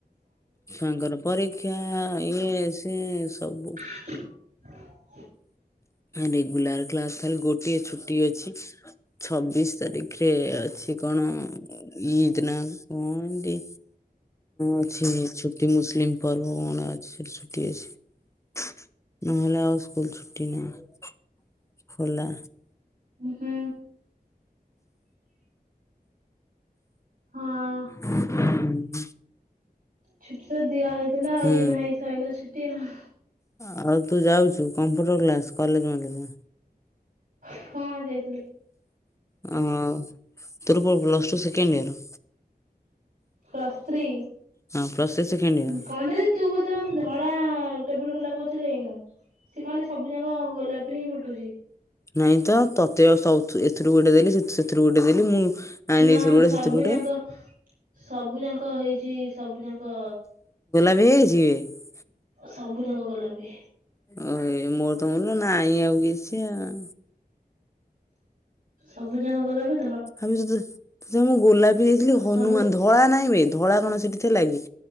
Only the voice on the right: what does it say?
<inaudible>
ହୁଁ। ହଁ
ଛୁଟି ତ ଦିଆ ହେଇଥିଲା
ଏଇ ନାଇଁ ସରିଲା ଛୁଟି ଆଉ।
ହଁ ଯାଇଥିଲି।
Plus three.
କଣ ଟା ଯେ ତୁ ବୋଧେ ମୋତେ ଧଳା ଟେବୁଲ ଗୋଲାପ ଗଛ ଦେଇନୁ ସେ ଖାଲି ସବୁ ଯାଙ୍କ ଗୋଲାପି ହିଁ ଫୁଟୁଚି।
ନା
ସବୁ
ଯାକ ସବୁ ଯାଙ୍କ ହେଇଛି ସବୁ ଯାଙ୍କ
ସବୁ ଯାଙ୍କ ଗୋଲାପି
ସବୁ ଯାକା ଗୋଲାପି
ସବୁ